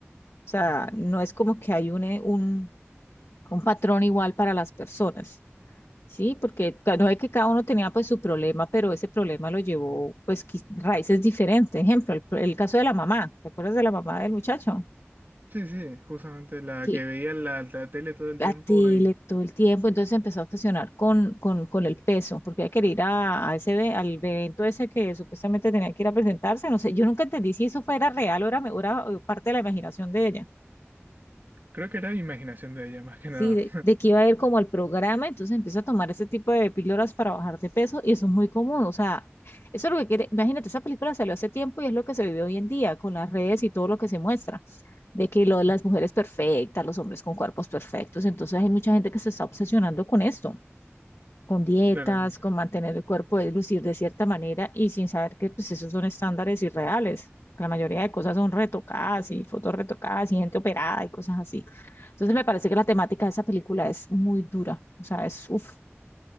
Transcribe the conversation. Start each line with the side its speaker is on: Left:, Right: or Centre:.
Left: sea,
Right: Ujú.
Left: no es como que hay un, eh, un, un patrón igual para las personas, ¿sí? Porque ca- no es que cada uno tenía pues su problema, pero ese problema lo llevó pues qui- raíces diferentes. Ejemplo, el, el caso de la mamá. ¿Te acuerdas de la mamá del muchacho?
Right: Sí, sí, justamente la
Left: que
Right: que veía en la, la tele todo el
Left: la
Right: tiempo
Left: tele
Right: y
Left: todo el tiempo, entonces se empezó a obsesionar con, con, con el peso, porque ella que ir a, a ese ve- al evento ese que supuestamente tenía que ir a presentarse, no sé, yo nunca entendí si eso fuera real o era, me- o era eh, parte de la imaginación de ella,
Right: creo que era imaginación de ella más que
Left: sí,
Right: nada.
Left: de, de que iba a ir como al programa, entonces empieza a tomar ese tipo de píldoras para bajar de peso y eso es muy común, o sea, eso es lo que quiere, imagínate, esa película salió hace tiempo y es lo que se vive hoy en día con las redes y todo lo que se muestra de que lo, las
Right: <laughs>
Left: mujeres perfectas, los hombres con cuerpos perfectos. Entonces hay mucha gente que se está obsesionando con esto. con dietas,
Right: Claramente.
Left: con mantener el cuerpo de lucir de cierta manera y sin saber que pues esos son estándares irreales. La mayoría de cosas son retocadas y fotos retocadas y gente operada y cosas así. Entonces me parece que la temática de esa película es muy dura. O sea, es, uff,